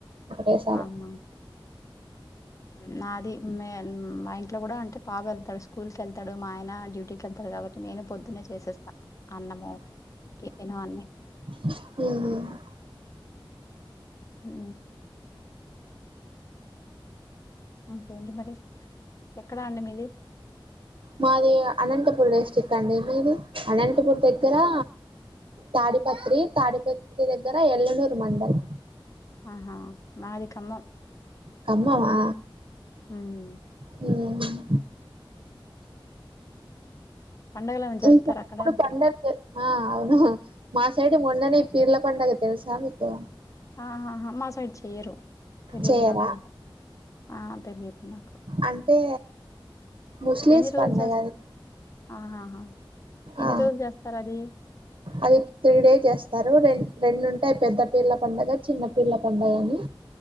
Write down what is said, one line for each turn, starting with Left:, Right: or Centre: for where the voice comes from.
Right: ఒకటేసారి.
Left: ఆహా మ్మ్ నాది మే మా ఇంట్లో కూడా అంటే బాబు ఎళ్తాడు స్కూల్కి ఎళ్తాడు, మా ఆయన డ్యూటీకి ఎళ్తాడు కాబట్టి నేను పొద్దున్నే చేసేస్తా. అన్నము, టిఫిను అన్ని
Right: హ్
Left: హ్ ఇంకేంటి మరి ఎక్కడా అండి మీది?
Right: మాది అనంతపూర్ డిస్ట్రిక్ట్ అండి మీది అనంతపూర్ దగ్గరా తాడిపత్రి, తాడిపత్రి దగ్గర ఎల్లనూరు మండల్.
Left: ఆహా మాది ఖమ్మం.
Right: ఖమ్మమా.
Left: మ్మ్
Right: హ్
Left: పండగలు ఏమైనా జరుపుతారా
Right: ఇంక
Left: అక్కడ
Right: ఎప్పుడు పండగ్ ఆ అవునా మా సైడ్ మొన్ననే పిర్ల పండగ తెలుసా మీకు
Left: ఆహహ మా సైడ్ చెయ్యరు తెలియదు
Right: చేయరా
Left: నాకంత ఆ తెలియదు నాకు
Right: అంటే ముస్లిమ్స్
Left: ఎన్ని రోజులు
Right: పండగ
Left: చేస్త
Right: అది
Left: ఆహహా ఎన్ని
Right: ఆ
Left: రోజులు చేస్తారది
Right: అది త్రీ డేస్ చేస్తారు రె రెండ్ ఉంటాయ్ పెద్ద పిర్ల పండగ చిన్న పిర్ల పండగ అని